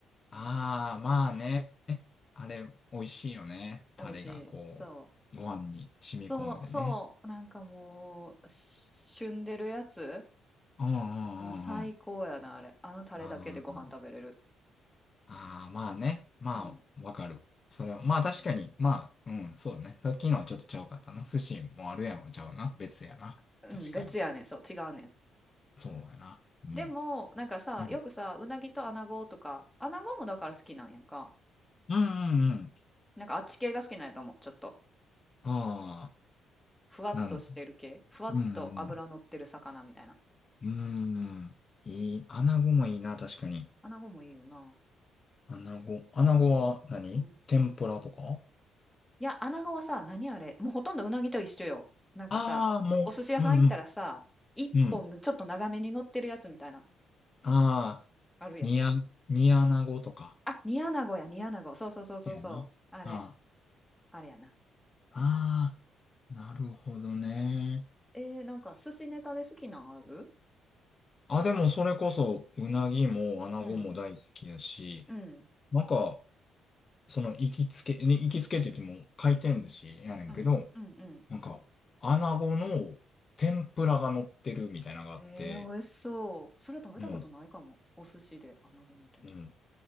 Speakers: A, on the left; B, in the centre.
A: ああ、まあね。あれ、美味しいよね。
B: 美味しい。
A: タレがこう、
B: そ
A: ご飯に染み込んでね。
B: う。そう、そう。なんかもう、旬でるやつ
A: うんうんうんうん。
B: もう最高やな、あれ。あのタレだけでご飯食べれる。
A: あーあー、まあね。まあ、
B: うん。
A: わかる。それは、まあ確かに、まあ、うん、そうだね。さっきのはちょっとちゃうかったな。寿司もあるやんはちゃうな。別やな。
B: うん、
A: 確かに。
B: 別やねん。そう、違うねん。
A: そうやな。うん。
B: でも、なんかさ、
A: うん。
B: よくさ、うなぎとアナゴとか、アナゴもだから好きなんやんか。
A: うんうんうん。
B: なんかあっち系が好きなんやと思う。ちょっと。
A: ああ、
B: 何ふわっとしてる系。
A: なん、
B: ふわっと脂乗ってる魚みたいな。
A: うんうん。うん。いい。穴子もいいな、確かに。
B: 穴子もいいよな。
A: アナゴ。アナゴは何天ぷらとか
B: えーうんうん。いや、穴子はさ、何あれ、もうほとんどうなぎと一緒よ。なんかさ、
A: ああー、もう、
B: お寿司屋さん行ったらさ、
A: うんうん、
B: 一本のちょっと長めに乗ってるやつみたいな、
A: うん。ああ、
B: あるやん。
A: 煮あ、煮アナゴとか。
B: あ、煮穴子や、煮穴子。そうそうそうそうそう。
A: いやな。
B: あれ、
A: あ
B: あれやな。
A: あ、ああ、なるほどね。
B: えー、なんか寿司ネタで好きなんある
A: あ、でもそれこそ、うなぎもアナゴも大好きやし、
B: うん、うん、
A: なんか、その行きつけ、ね行きつけって言っても回転寿司やねんけど、
B: うん、うん、うん。
A: なんか、アナゴの天ぷらが乗ってるみたいなのがあって、
B: ええ、美味しそう。それ食べたことないかも。
A: うん。
B: お寿司で穴子の天ぷら。
A: うん。